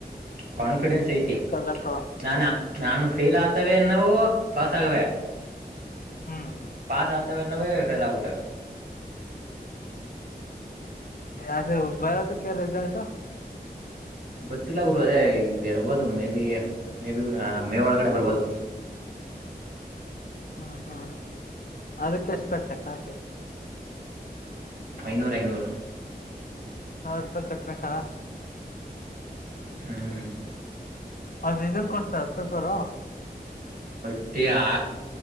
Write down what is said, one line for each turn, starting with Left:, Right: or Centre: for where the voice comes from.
Right: ಕಾನ್ಫಿಡೆನ್ಸ್ ಐತಿ
Left: ಬೇಕು
Right: ನಾನಾ. ನಾನು ಫೇಲ್ ಆಗ್ತವೆ ನಾವು ಪಾಸ್ ಆಗವೆ
Left: ಹ್ಮ್
Right: ಪಾಸ್ ಆಗ್ತವೆ ನವೆಫಲ್ ಆಗಊಟವೆ
Left: ಅದ ಬರೋದಕ್ಕೆ ರಿಸಲ್ಟ್
Right: ಗೊತ್ತಿಲ್ಲ ಗುರು ಅದೇ ಈ ಬರ್ಬೋದು maybe maybe May ಒಳಗಡೆ ಬರ್ಬೋದು
Left: ಹ್ಮ ಹ್ಮ ಅದಕ್ಕೆಷ್ಟು ಕಟ್ಟೆ ಕಾಸು
Right: ಐನೂರ ಐನೂರು
Left: ಹೌ ರೂಪಾಯ ಕಟ್ಟ್ರಕ
Right: ಹ್ಮ್
Left: ಅದ ಇದನ್ ಕೊಡ್ತ ಸಸರ
Right: ಒಟ್ಟಿ ಆ